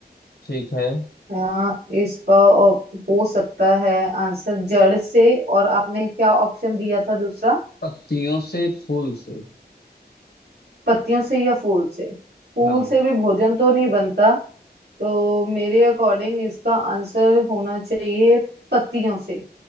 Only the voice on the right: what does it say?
अ, इसका ऑप- हो सकता है आंसर जड़ से और आपने क्या ऑप्शन दिया था दूसरा
पत्तियों से या फूल से फूल
से भी भोजन तो नहीं बनता तो मेरे अकॉर्डिंग इसका आंसर होना चाहिए पत्तियों से